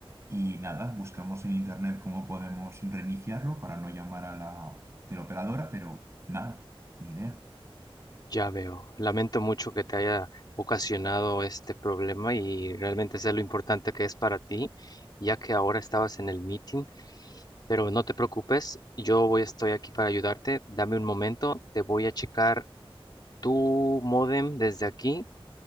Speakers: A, on the right (about 30°); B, on the left (about 45°).
A: Y nada, buscamos en internet cómo podemos reiniciarlo para no llamar a la teleoperadora, pero nada, ni idea.
B: Ya veo. Lamento mucho que te haya ocasionado este problema y realmente sé lo importante que es para ti, ya que ahora estabas en el meeting, pero no te preocupes, yo voy, estoy aquí para ayudarte. Dame un momento, te voy a checar tu modem desde aquí.